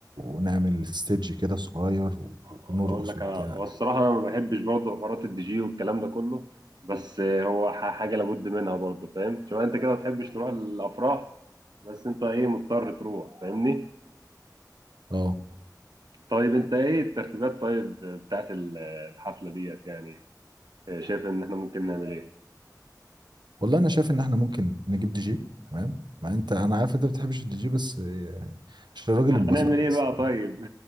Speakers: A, on the right; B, on the right.
A: ونعمل ستيدج كده صغير و...
B: اقول
A: ونرقص
B: لك
A: وبتاع
B: انا هو الصراحة انا ما بحبش برضه حوارات الدي جي والكلام ده كله بس آه، هو ح- حاجة لابد منها برضه فاهم شوف انت كده ما بتحبش تروح الافراح بس انت ايه مضطر تروح فاهمني
A: اه
B: طيب انت ايه الترتيبات طيب بتاعت ال- الحفلة ديت يعني شايف ان احنا ممكن نعمل ايه
A: والله انا شايف ان احنا ممكن نجيب دي جي تمام مع انت انا عارف انت ما بتحبش الدي جي بس يعني عشان الراجل ينبسط
B: هنعمل ايه
A: بس
B: بقى طيب